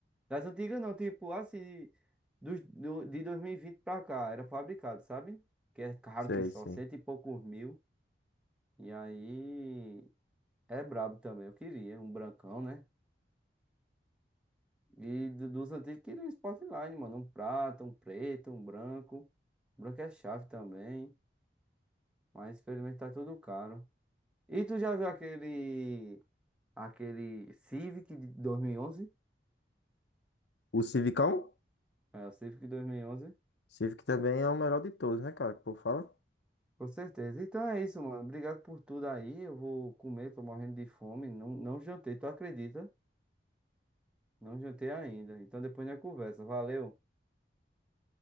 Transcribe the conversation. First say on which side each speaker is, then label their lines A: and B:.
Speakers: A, in the centre; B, on the left (about 75°).
A: Das antigas não, tipo assim, dos, do, de 2020 pra cá, era fabricado, sabe? Que é caro
B: Sei,
A: que só,
B: sim.
A: cento e poucos mil. E aí é brabo também, eu queria, um brancão, né? E do- dos antigos queria um Sportline, mano. Um prata, um preto, um branco. Branco é chave também. Mas pelo tá tudo caro. E tu já viu aquele. Aquele Civic de 2011?
B: O Civicão?
A: É, o Civic de 2011.
B: Civic também é o melhor de todos, né, cara? Que o povo fala.
A: Com certeza. Então é isso, mano. Obrigado por tudo aí. Eu vou comer, tô morrendo de fome. Não, não jantei, tu acredita? Não jantei ainda. Então depois a gente conversa. Valeu.